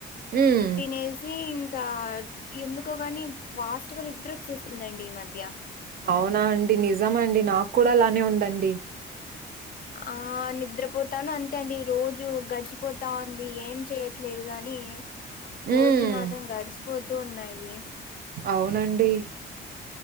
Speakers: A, on the right; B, on the left.
A: హ్మ్.
B: తినేసి ఇంకా ఎందుకో గాని ఫాస్ట్గా నిద్ద్రొచ్చేస్తుందండి ఈ మధ్య
A: అవునా అండి నిజమ అండి నాకు కూడా అలానే ఉందండి.
B: ఆ నిద్రపోతాను అంతే అండి రోజు గడిచిపోతా ఉంది ఏం చెయట్లేదు గాని
A: హ్మ్.
B: రోజులు మాత్రం గడిచిపోతూ ఉన్నాయి.
A: అవునండి